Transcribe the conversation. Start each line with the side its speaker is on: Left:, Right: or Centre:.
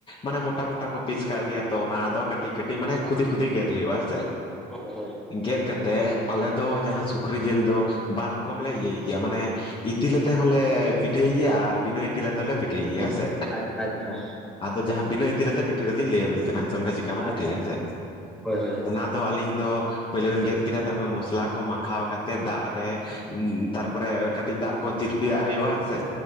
Left: ᱢᱟᱱᱮ ᱢᱚᱴᱟ ᱢᱚᱴᱟ ᱠᱚ ᱯᱤᱥ ᱠᱟᱜ ᱜᱮᱭᱟ ᱛᱚ ᱚᱱᱟ ᱟᱫᱚ ᱠᱟᱹᱴᱤᱡ ᱠᱟᱹᱴᱤᱡ ᱢᱟᱱᱮ ᱠᱷᱩᱫᱤ ᱠᱷᱩᱫᱤ ᱜᱮᱫ ᱦᱳᱭᱳᱜᱼᱟ, ᱦᱮᱸᱥᱮ᱾
Centre: ᱦᱳᱭ ᱦᱳᱭ᱾
Left: ᱜᱮᱫ ᱠᱟᱛᱮᱫ ᱟᱞᱮ ᱫᱚ ᱡᱟᱦᱟᱸ ᱥᱩᱠᱨᱤ ᱡᱮᱞ ᱫᱚ ᱵᱟᱨ ᱨᱚᱠᱚᱢ ᱞᱮ ᱤᱭᱟᱹᱭ ᱜᱮᱭᱟ ᱢᱟᱱᱮ ᱤᱛᱤᱞ ᱟᱛᱮ ᱦᱚᱸᱞᱮ ᱯᱤᱴᱷᱟᱹᱭ ᱜᱮᱭᱟ ᱟᱨ ᱵᱤᱱᱟᱹ ᱤᱛᱤᱞ ᱟᱛᱮ ᱦᱚᱸᱞᱮ ᱯᱤᱴᱷᱟᱹᱭ ᱜᱮᱭᱟ, ᱦᱮᱸᱥᱮ᱾
Centre: ᱟᱪᱪᱷᱟ ᱟᱪᱪᱷᱟ
Left: ᱟᱫᱚ ᱡᱟᱦᱟᱸ ᱵᱤᱱᱟᱹ ᱤᱛᱤᱞ ᱟᱛᱮ ᱯᱤᱴᱷᱟᱹ ᱠᱟᱛᱤᱧ ᱞᱟᱹᱭ ᱟᱵᱤᱱ ᱠᱟᱱᱟ, ᱦᱮᱸ ᱥᱮ᱾ ᱚᱱᱠᱟ ᱪᱮᱫᱠᱟ ᱠᱚ
Centre: ᱟᱪᱪᱷᱟ
Left: ᱯᱤᱴᱷᱟᱹᱭᱟ ᱦᱮᱸ ᱥᱮ?
Centre: ᱦᱳᱭ ᱦᱳᱭ
Left: ᱚᱱᱟ ᱟᱫᱚ ᱟᱹᱞᱤᱧ ᱫᱚ ᱯᱟᱹᱭᱞᱟᱹ ᱵᱮᱱ ᱜᱮᱫ ᱠᱮᱫᱟ ᱛᱟᱯᱚᱨᱮ ᱢᱚᱥᱞᱟ ᱠᱚ ᱢᱟᱠᱷᱟᱣ ᱠᱟᱛᱮ ᱫᱟᱜ ᱨᱮ, ᱛᱟᱨᱯᱚᱨᱮ ᱠᱟᱹᱴᱤᱡ ᱫᱟᱜ ᱠᱚ ᱛᱤᱨᱯᱤᱭᱟᱜ ᱦᱩᱭᱩᱜ-ᱟ, ᱦᱮᱸ ᱥᱮ᱾